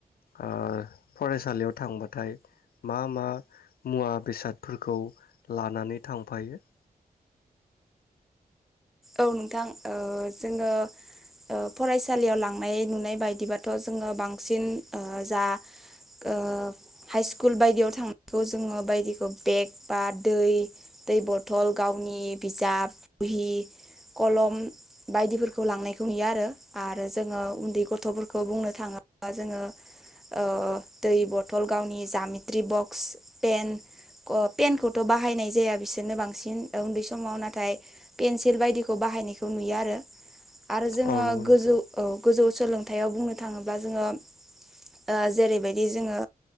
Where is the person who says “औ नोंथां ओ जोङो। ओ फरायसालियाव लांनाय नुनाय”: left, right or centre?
Centre